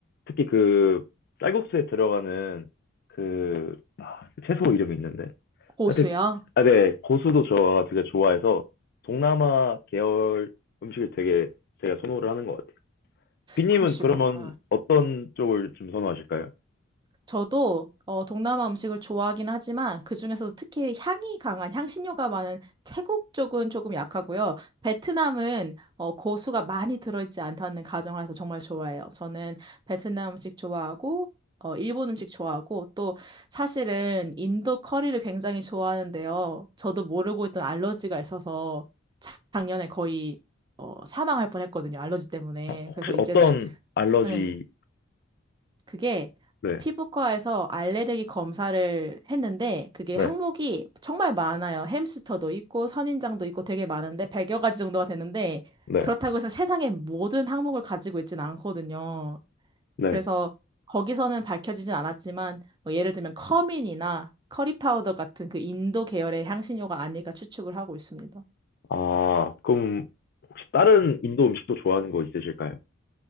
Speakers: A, on the left; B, on the right.
A: 특히 그, 쌀국수에 들어가는 그, 아, 그 채소 이름이 있는데,
B: 고수야?
A: 하여튼, 아, 네, 고수도 저 되게 좋아해서 동남아 계열 음식을 되게 제가 선호를 하는 것 같아요. 빈님은
B: 그러시구나.
A: 그러면 어떤 쪽을 좀 선호하실까요?
B: 저도 어, 동남아 음식을 좋아하긴 하지만 그중에서도 특히 향이 강한 향신료가 많은 태국 쪽은 조금 약하고요. 베트남은 어, 고수가 많이 들어있지 않다는 가정하에서 정말 좋아해요. 저는 베트남 음식 좋아하고 어, 일본 음식 좋아하고 또 사실은 인도 커리를 굉장히 좋아하는데요. 저도 모르고 있던 알러지가 있어서 작년에 거의 어, 사망할 뻔했거든요. 알러지 때문에.
A: 아, 혹시
B: 그래서 이제는
A: 어떤 알러지,
B: 응, 그게
A: 네,
B: 피부과에서 알레르기 검사를 했는데 그게
A: 네,
B: 항목이 정말 많아요. 햄스터도 있고 선인장도 있고 되게 많은데 100여 가지 정도가 되는데
A: 네,
B: 그렇다고 해서 세상의 모든 항목을 가지고 있진 않거든요.
A: 네.
B: 그래서 거기서는 밝혀지진 않았지만 뭐 예를 들면 커민이나 커리 파우더 같은 그 인도 계열의 향신료가 아닐까 추측을 하고 있습니다.
A: 아, 그럼 혹시 다른 인도 음식도 좋아하는 거 있으실까요?